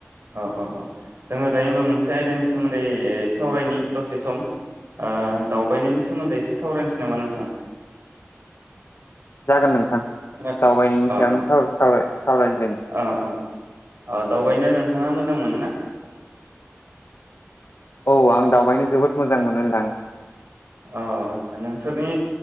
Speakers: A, on the right; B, on the left.
A: अ अ अ जोङो दे होनबा मोनसे आयदानि सोमोन्दै सावरायनि दसे सम ओ दावबायनायनि सोमोन्दै एसे सावरायनोसै नामा नोंथां
B: जागोन नोंथां।
A: खोना
B: दावबायनायनि
A: अ
B: सायावनो साव-सावराय सावज्लायनोसै
A: अ अ अ दावबायनो नोंथाङा मोजां मोनो ना?
B: औ आं दावबायनो जोबोद मोजां मोनो नोंथां।
A: औ आदसा नोंसोरनि